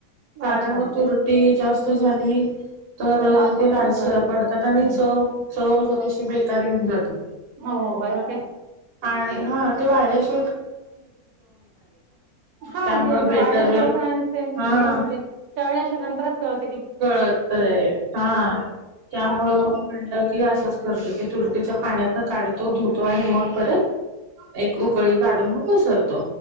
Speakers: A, on the right; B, on the right.
A: कारण
B: अच्छा
A: मग तुरटी जास्त झाली. तर
B: लाल पण
A: ते
B: पडतात
A: लहान स
B: वाटतं
A: पडतात
B: त्याच्यात.
A: आणि
B: हं
A: चव स जराशी बेकारऊन जाते.
B: हो बरोब
A: आणि हा ते वाढण्याश
B: हा
A: त्यामुळं
B: ते
A: बेटर
B: वाढल्याशिवाय
A: वे
B: पण मेन
A: हा
B: म्हणजेळल्याशिवाय नंतरच क
A: कळतय हा
B: तो
A: त्यामुळं
B: असा इशू
A: मग म्हणलं की असंच करत की तुरतीच्या पाण्यातन काढतो धुतो आणि मग परत एक उकळी काढून पसरतो.